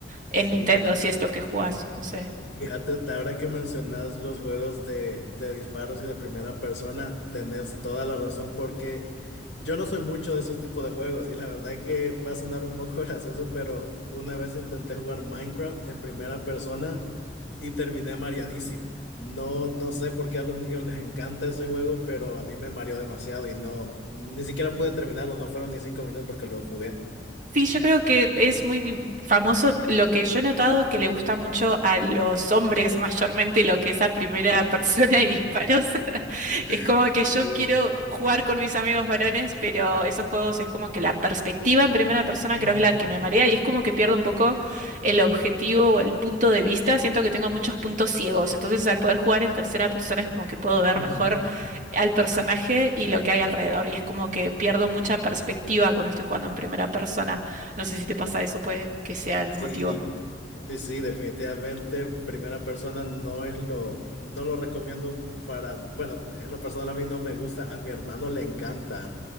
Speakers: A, on the right; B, on the left.
A: en
B: Sí.
A: Nintendo si es lo que jugás? No sé.
B: Fíjate, de ahora que mencionas los juegos de, de disparos y de primera persona, tenés toda la razón porque yo no soy mucho de esos tipos de juegos y la verdad que va a sonar un poco <laughs> gracioso, pero una vez intenté jugar Minecraft en primera persona y terminé mareadísimo. No, no sé por qué a los niños les encanta ese juego, pero a mí me mareó demasiado y no, ni siquiera pude terminarlo, no fueron ni cinco minutos que lo jugué.
A: Sí, yo creo que es muy famoso lo que yo he notado que le gusta mucho a los hombres <laughs> mayormente lo que es a primera <laughs> persona y disparos. <laughs>
B: <laughs>
A: Es como que
B: Sí.
A: yo quiero jugar con mis amigos varones, pero esos juegos es como que la perspectiva en primera persona
B: Ujú,
A: creo que es la que me marea y es como que pierdo un poco el objetivo o el punto de vista. Siento que tengo muchos puntos ciegos, entonces al poder jugar en tercera persona es como que puedo ver
B: ujú.
A: mejor al personaje y lo que hay alrededor y es como que pierdo mucha perspectiva cuando estoy jugando en primera persona. No sé si te pasa eso, puede que sea el
B: Sí.
A: motivo.
B: Sí, sí, definitivamente primera persona no es lo, no lo recomiendo para, bueno, en lo personal a mí no me gusta, a mi hermano le encanta.